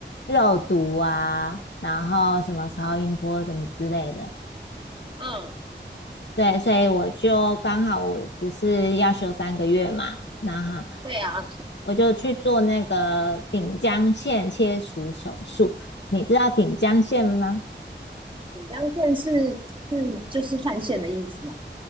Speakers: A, on the left; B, on the right.
A: 肉毒啊，然后什么超音波什么之类的。
B: 嗯，
A: 对，所以我就刚好我不是要休三个月嘛，那哈
B: 对啊，
A: 我就去做那个顶浆腺切除手术。你知道顶浆腺吗？
B: 锦江县是是就是汗县的意思吗？